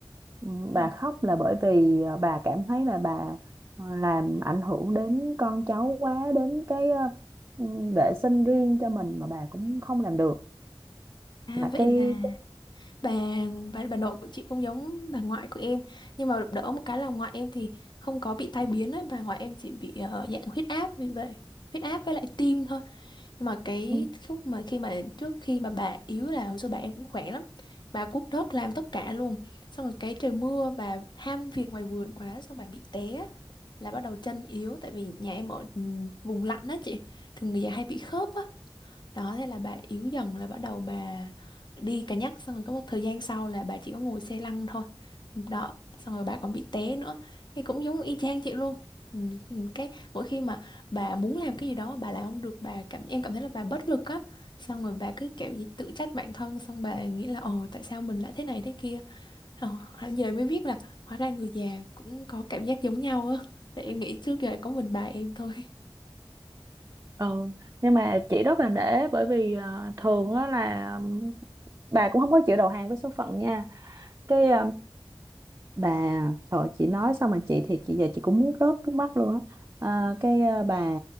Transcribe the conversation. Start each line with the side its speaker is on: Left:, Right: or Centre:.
Right: Ừ, Bà
Left: Rồi.
Right: khóc là bởi vì ờ, bà cảm thấy là bà ờ, làm ảnh hưởng đến con cháu quá đến cái ờ, ừ, vệ sinh riêng cho mình mà bà cũng không làm được
Left: À
Right: là
Left: vậy
Right: cái
Left: là bà, bà bà nội của chị cũng giống bà ngoại của em nhưng mà đỡ một cái là ngoại em thì không có bị tai biến ấy bà ngoại em chỉ bị ờ, dạng huyết áp vì vậy huyết áp với lại tim thôi nhưng mà cái
Right: Ừ.
Left: lúc mà khi mà trước khi mà bà yếu là hồi xưa bà em cũng khỏe lắm bà cuốc đất làm tất cả luôn xong rồi cái trời mưa bà ham việc ngoài vườn quá xong bà bị té là bắt đầu chân yếu tại vì nhà em ở ừ, vùng lạnh đó chị thường người già hay bị khớp á đó, thế là bà yếu dần là bắt đầu bà đi cà nhắc xong rồi có một thời gian sau là bà chỉ có ngồi xe lăn thôi. Đó, xong rồi bà còn bị té nữa. Thì cũng giống y chang chị luôn. Ừ, ừ, Cái mỗi khi mà bà muốn làm cái gì đó bà làm không được bà cảm em cảm thấy là bà bất lực á xong rồi bà cứ kiểu gì tự trách bản thân xong bà nghĩ là ồ tại sao mình lại thế này thế kia Ồ, hẳn giờ mới biết là hóa ra người già cũng có cảm giác giống nhau á tại em nghĩ trước giờ có mình bà em thôi
Right: Ừ. Nhưng mà chị rất là nể bởi vì ờ, thường á là ừm, bà cũng không có chịu đầu hàng với số phận nha. Cái ờ, bà thôi chị nói xong mà chị thì chị giờ chị cũng muốn rớt nước mắt luôn á à, cái à, bà